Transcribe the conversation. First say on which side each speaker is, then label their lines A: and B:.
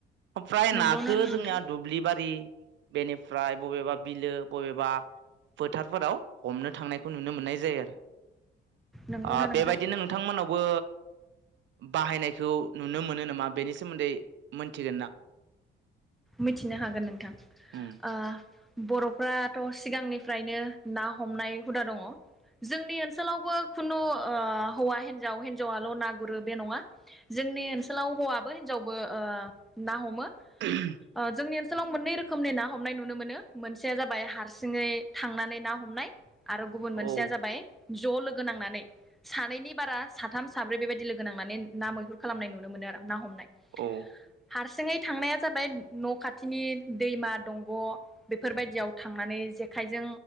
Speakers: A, on the right; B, in the centre.
A: फ्राय
B: नंगौना
A: नाखो
B: नोंथां
A: जोंनिया दुब्लिबारि बेनिफ्राय बबेबा बिलो बबेबा फोथारफोराव हमनो थांनायखौ नुनो मोननाय जायो आरो।
B: नंगौना
A: आ
B: नोंथां
A: बेबायदिनो नोंथांमोनावबो बाहायनायखौ नुनो मोनो नामा बेनि सोमोन्दै मोनथिगोन ना?
B: मिथिनो हागोन नोंथां
A: उम
B: आ बर'फ्राथ सिगांनि फ्रायनो ना हमनाय हुदा दङ जोंनि ओनसोलावबो खुनु ओ हौवा हिनजाव हिनजावाल ना गुरो बे नङा, जोंनि ओनसोलाव हौवाबो हिनजावबो ओ ना हमो।
A: उम।
B: ओ जोंनि ओनसोलाव मोननै रोखोमनि ना हमनाय नुनो मोनो मोनसेया जाबाय हारसिङै थांनानै ना हमनाय। आरो गुबुन
A: औ-औ-औ-औ-औ-औ-औ-औ-औ-औ-औ
B: मोनसेया जाबाय ज लोगो नांनानै सानैनि बारा साथाम साब्रै बेबायदि लोगो नांनानै ना मैहुर खालामनाय नुनो मोनो आरो ना हमनाय।
A: औ।
B: हारसिङै थांनाया जाबाय न' खाथिनि दैमा दंग बेफोरबायदियाव थांनानै जेखाइजों